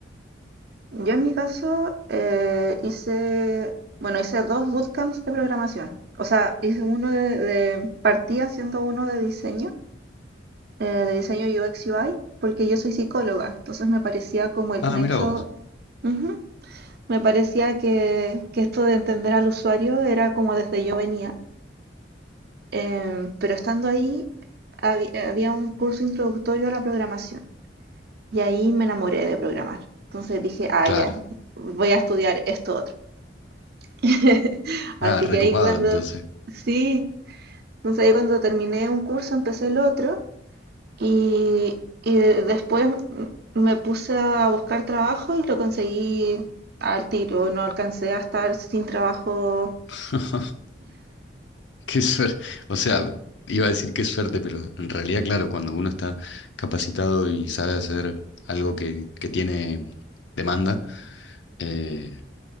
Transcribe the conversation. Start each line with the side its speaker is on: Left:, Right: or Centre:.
Right: Yo en mi caso eh, hice, bueno, hice dos bootcamps de programación. O sea, hice uno de, de- partí haciendo uno de diseño, eh, de diseño UX UI, porque yo soy psicóloga, entonces me parecía como el
Left: Ah,
Right: nexo,
Left: mira vos.
Right: ujú, me parecía que, que esto de entender al usuario era como desde yo venía. Em, pero estando ahí, habi- había un curso introductorio a la programación y ahí me enamoré de programar. Entonces dije, ah,
Left: Claro.
Right: ya, voy a estudiar esto otro. <laughs> Así
Left: Ah, recopado
Right: que ahí cuando,
Left: entonces.
Right: sí, entonces ahí cuando terminé un curso empecé el otro y, y de- después m- me puse a buscar trabajo y lo conseguí al tiro. No alcancé a estar sin trabajo.
Left: <laughs> Qué suerte. O sea, iba a decir qué suerte, pero en realidad, claro, cuando uno está capacitado y sabe hacer algo que, que tiene demanda, eh,